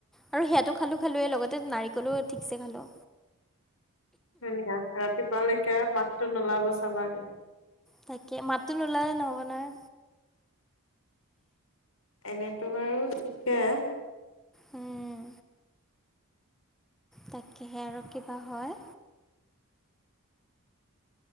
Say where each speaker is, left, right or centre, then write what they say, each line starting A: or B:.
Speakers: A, in the centre; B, on the left.
A: আৰু সেয়াটো খালোঁ খালোৱেই লগতে নাৰিকলো ঠিকছে খালো।
B: হেনেকা আছে। ৰাতিপুৱালৈকে আৰু মাতটো নোলাব চাবাগে।
A: তাকে মাতটো নুলালে নহব নহয়।
B: এনেতো বাৰু ঠিকে।
A: উম। তাকেহে আৰু কিবা হয়।